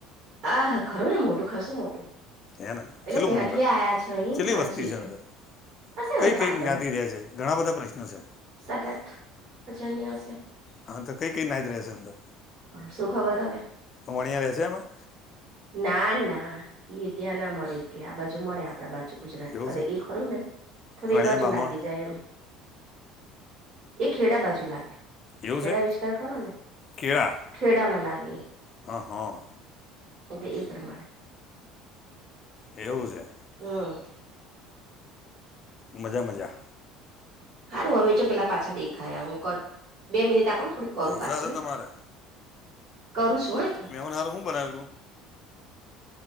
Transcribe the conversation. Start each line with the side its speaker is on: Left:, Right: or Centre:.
Right: આ હા ખરો ને મોટું ખાાસું મોટું.
Left: હેને
Right: એટલે
Left: ચલું
Right: ત્યાંથી
Left: મોડું કામ
Right: આયા છે અહી
Left: ચલ્લી
Right: મારા
Left: વસ્તી
Right: સિસ્ટર
Left: છે અંદર.
Right: હશે
Left: કઈ
Right: હવે
Left: કઈ
Right: પાંચ
Left: જ્ઞાતિ
Right: દહ
Left: રહ્યા છે ઘણા બધા પ્રશ્ન છે.
Right: સાત આઠ હજારની હશે
Left: હા તો કઈ કઈ નાહઈત રહે છે અંદર.
Right: શું ખબર હવે
Left: વણિયા રહે છે એમાં
Right: ના ના. હા એ ત્યાં ના મળે કે આ બાજુ મળે આપડા બાજુ. ગુજરાત
Left: એવું
Right: અ
Left: છે
Right: એ ખરું ને થોડી
Left: વણિયા
Right: એ બાજુ
Left: બામણ
Right: લાગી જાય એમ. એ હેડા બાજુ લાગે.
Left: એવું
Right: ખેડા
Left: છે
Right: વિસ્તાર ખરો ને
Left: કેળા.
Right: ખેડામાં લાગે.
Left: હ હા.
Right: હ એ એ પ્રમાણે.
Left: એવું છે.
Right: હમ.
Left: મજા મજા.
Right: સારું હવે જો પેલા પાછા દેખાયા હું કર બે મિનિટ આપોને થોડીક. કરું
Left: જલસા
Right: પાછી
Left: છે તમારે
Right: કરું છું હા
Left: એમને હરું શું બનાવ્યું તું.